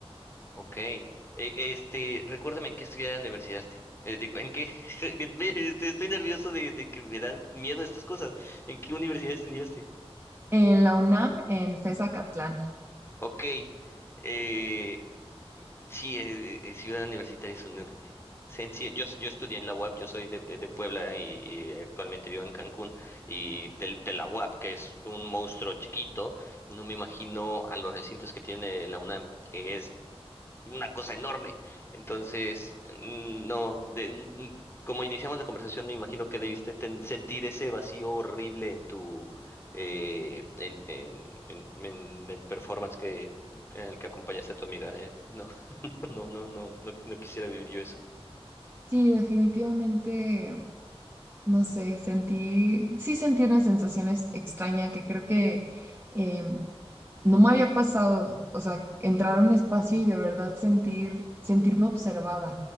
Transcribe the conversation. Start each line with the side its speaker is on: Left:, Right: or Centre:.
Left: Ok. E- Este, recuérdame en qué estudiar universidaste. Eh, digo, ¿en qué? <laughs> este, Estoy nervioso de, de que me dan miedo estas cosas. ¿En qué universidad estudiaste?
Right: en la UNAM, en FES Acatlán.
Left: Ok. Eh, sí, eh, eh, ciudad universitaria es un enorme. Sensi- Yo, s- yo estudié en la UAP, yo soy de, de Puebla y, y actualmente vivo en Cancún. Y del, de la UAP, que es un monstruo chiquito, no me imagino a los recintos que tiene la UNAM, que es una cosa enorme. Entonces, mm, no, de- mm, como iniciamos la conversación, me imagino que debiste ten- sentir ese vacío horrible en tu, eh, en, en, en, en el performance que, en el que acompañaste a tu amiga. eh, No, <laughs> no, no, no, no, no quisiera vivir yo eso.
Right: Sí, definitivamente. No sé, sentí, sí sentí una sensación es- extraña que creo que em, no me había pasado, o sea, entrar a un espacio y de verdad sentir, sentirme observada.